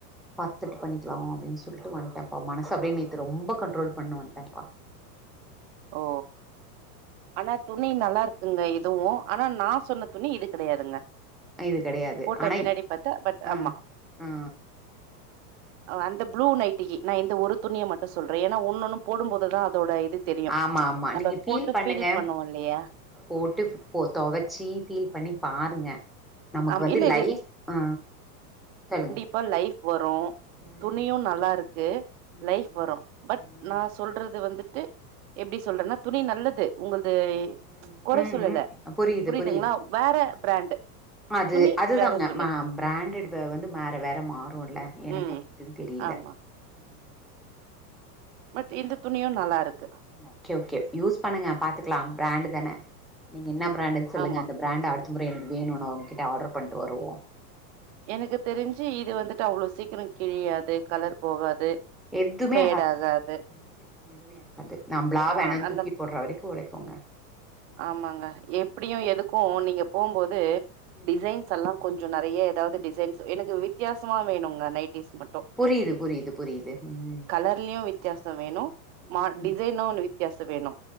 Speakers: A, in the centre; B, on the right.
A: பாத்துட்டு பண்ணிக்கலாமோ அப்டின்னு சொல்லிட்டு வட்டன்ப்பா மனச அப்படியே நேத்து ரொம்ப கண்ட்ரோல் பண்ணிட்டு வன்டேன்ப்பா
B: ஓ ஆனா துணி நல்லாருக்குங்க இதுவு ஆனா நா சொன்ன துணி இது கெடையாதுங்க
A: இது கெடையாது
B: போட்ட
A: அண
B: பின்னாடி பாத்தா பட்
A: ஆ
B: ஆமா
A: ஆ ஆ
B: அந்த ப்ளூ நைட்டிக்கு நா இந்த ஒரு துணிய மட்டு சொல்றே ஏன்னா ஒன்னு ஒன்னு போடும் போதுதா அதோட இது தெரியு
A: ஆமா ஆமா
B: நம்ம
A: நீங்க ஃபீல்
B: போட்டு
A: பண்ணுங்க
B: பண்ணுவோ இல்லையா
A: போட்டு போ தொவச்சி ஃபீல் பண்ணி பாருங்க நமக்கு
B: ஆமா
A: வந்து
B: இல்ல
A: லைப்
B: இது
A: ஆ சொல்லுங்க
B: அப்ப லைஃப் வரு
A: ம்
B: துணியு நல்லாருக்கு
A: ம்
B: லைஃப் வரு பட்
A: ம்
B: நா சொல்றது வந்துட்டு எப்டி சொல்றேன்னா
A: ம்
B: துணி நல்லது உங்கள்து ம்ச்
A: ம்
B: கொற
A: ம்
B: சொல்லல
A: ம். புரியுது
B: புரியுதுங்களா
A: புரியுது
B: வேற பிராண்டு
A: அது
B: துணி
A: அதுதாங்க
B: வேற துணி.
A: ம பிராண்டட்டு வந்து வேற வேற மாறுல எனக்கு
B: ம்.
A: அது எதுன்னு தெரியல
B: ஆமா.
A: ம்
B: பட் இந்த துணியு நல்லாருக்கு
A: ஓக்கே ஓக்கே யூஸ் பண்ணுங்க பாத்துக்கலா பிராண்டு தான நீங்க என்ன பிராண்டுன்னு சொல்லுங்க
B: ஆமா.
A: அந்த பிராண்டு அடுத்த முறை எனக்கு வேணும்னு நா அவுங்கிட்ட ஆர்டர் பண்ணிட்டு வருவோ
B: எனக்கு தெரிஞ்சு இது வந்துட்டு அவ்ளோ சீக்கிரோ கிழியாது கலர் போகாது
A: எதுமே
B: ஃபேட்
A: ஆகாதுங்க
B: ஆகாது.
A: ம் எதுமே ஆகாது நம்பளா
B: ஆ
A: வேணாம்னு
B: அந்த
A: தூக்கி போடுற வரைக்கு ஒழைக்குங்க
B: ஆமாங்க எப்டியு எதுக்கு நீங்க போம்போது
A: ம்
B: டிசைன்ஸ் எல்லா கொஞ்சு நெறையா எதாவது டிசைன்ஸ் எனக்கு வித்தியாசமா வேணுங்க நைட்டிஸ் மட்டு
A: புரியுது புரியுது புரியுது ம்
B: கலர்லயு வித்தியாசோ வேணு
A: ம்
B: மா டிசைனு
A: ம்.
B: வித்தியாசோ வேணு